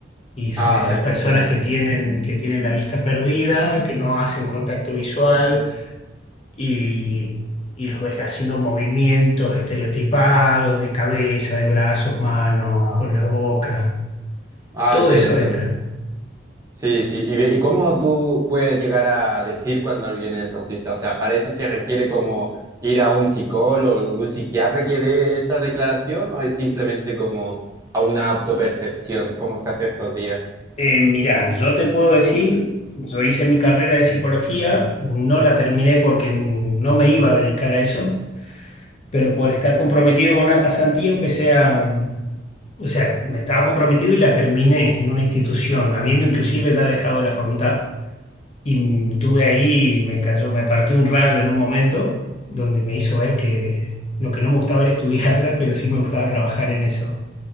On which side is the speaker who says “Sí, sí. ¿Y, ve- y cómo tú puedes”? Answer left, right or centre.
Right